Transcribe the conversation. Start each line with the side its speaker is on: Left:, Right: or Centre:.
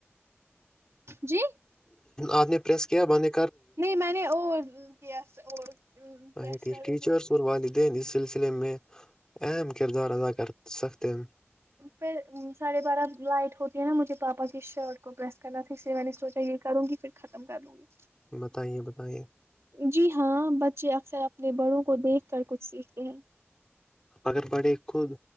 Right: جی <unintelligible>
Left: آد نے پریس کیا بنے
Right: نہیں میں نے اور کیا اور
Left: اچھا
Right: پریس
Left: ٹھیک
Right: کر
Left: ٹیچرس
Right: دا
Left: اور والدین اس سلسلے میں اہم کردار ادا کر سکتے ہیں
Right: پھر ساڑھے بارہ لائٹ ہوتی ہے نا مجھے تو واپس ٹی شرٹ کو پرس کرنا سے میں نے سوچا یہ کروں گی پھر ختم کر لوں گی
Left: بتائیے بتائیے
Right: جی ہاں بچے اکثر اپنے بڑوں کو دیکھ کر کچھ سیکھتے ہیں
Left: اگر بڑے خود